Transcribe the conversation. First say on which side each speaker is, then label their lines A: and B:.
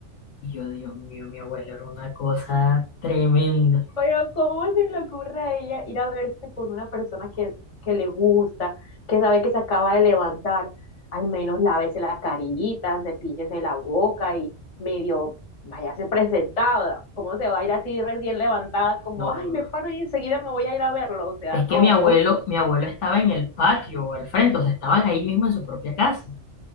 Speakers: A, on the left; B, on the left.
A: Y yo, Dios mío, mi abuela era una cosa tremenda.
B: Pero ¿cómo se le ocurre a ella ir a verse con una persona que, que le gusta, que sabe que se acaba de levantar? Al menos lávese la carita, cepíllese la boca y medio váyase presentada. ¿Cómo se va a ir así recién levantada? Como,
A: No,
B: ay,
A: no,
B: me paro y enseguida me voy a ir a verlo. O sea,
A: Es
B: no.
A: que mi abuelo, mi abuelo estaba en el patio o al frente, o sea, estaban ahí mismo en su propia casa.